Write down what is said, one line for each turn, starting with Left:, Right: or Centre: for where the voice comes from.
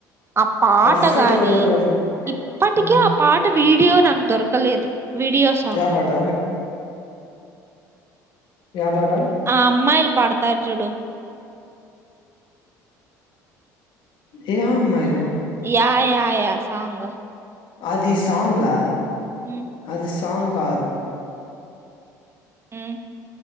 Right: ఆ పాట
Left: పర్ఫెక్ట్
Right: గాని
Left: కొరియోగ్రఫీ
Right: ఇప్పటికీ
Left: ఉమ్.
Right: ఆ పాట వీడియో నాకు దొరక క్కలేదు వీడియో సాంగ్
Left: యా పాట యా పాట
Right: ఆ అమ్మాయిలు పాడతారు జూడు
Left: ఏ అమ్మాయిలు
Right: యా యా యా సాంగ్
Left: అది సాంగా
Right: హ్మ్
Left: అది సాంగ్ కాదు
Right: ఉమ్